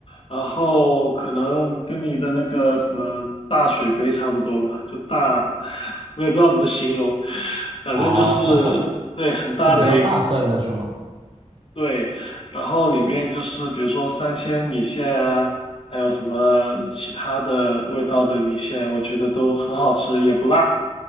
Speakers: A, on the left (about 45°); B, on the right (about 45°).
A: 然后可能跟你的那个什么大水杯差不多吧，就大，<laughs> 我也不知道怎么形容，反正就是
B: 哦，
A: 对很大的一
B: <laughs> 就比较大份的是吗？
A: 对，然后里面就是比如说三鲜米线啊，还有什么其他的味道的米线，我觉得都很好吃，也不辣。